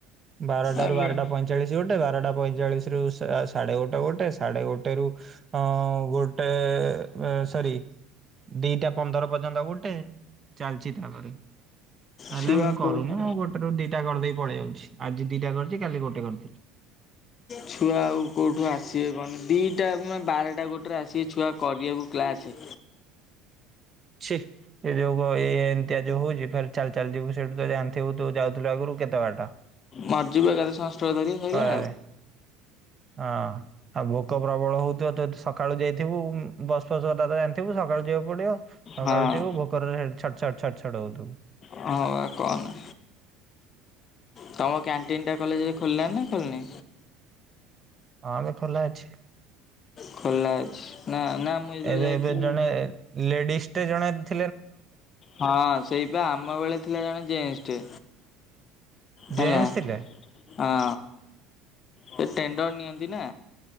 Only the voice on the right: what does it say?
ବାରଟା
ରୁ ବାରଟା ପଇଁଚାଳିଶ ଗୋଟେ ବାରଟା ପଇଁଚାଳିସିରୁ ସାଢେ ଗୋଟେ, ଗୋଟେ ସାଢେ ଗୋଟେ ରୁ ଅ ଗୋଟେ ସରି, ଦିଟା ପନ୍ଦର ପର୍ଯ୍ୟନ୍ତ ଗୋଟେ ଚାଲିଛି ତାପରେ। ହେଲେ
ମୁଁ କରୁନି
ମୁଁ ଗୋଟେ ରୁ ଦିଟା କରିଦେଇି ଆଜି ଦିଟା କରିଛି। କଲି ଗୋଟେ କରି
ଛି ଏ ଯୋଗ ହଉଛି ଫେର୍ ଚାଲି ଚାଲି ଯିବୁ ସେଠୁ ତ ଜାଣିଥିବୁ ତୁ ଯାଉଥିଲୁ ଆଗରୁ କେତେ ବାଟ।
ଖରାରେ ହଁ ଆଉ ଭୋକ ପ୍ରବଳ ହଉଥିବ ତ ସକାଳୁ ଯାଇଥିବୁ। ବସ ଫସ କଥା ତ ଜାଣିଥିବୁ ସକାଳୁ ଯ ସକାଳୁ
ଯିବୁ ଭୋକରେ ଛଟ, ଛଟ, ଛଡ ହଉ ଥିବୁ।
ହଁମ ଖୋଲା ଅଛି।
ଏବେ
ଏବେ ଜଣେ ଲେଡିସ୍ ଟେ ଜଣେ ଧି
ଜେନ୍ସ ଥିଲେ?